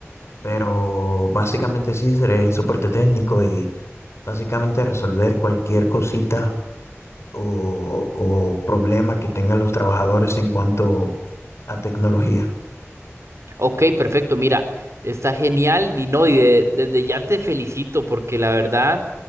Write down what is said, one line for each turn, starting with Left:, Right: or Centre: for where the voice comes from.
Left: pero básicamente sí seré soporte técnico y básicamente resolver cualquier cosita o, o problema que tengan los trabajadores en cuanto a tecnología.
Right: Ok, perfecto, mira, está genial y no, y de- desde ya te felicito porque la verdad,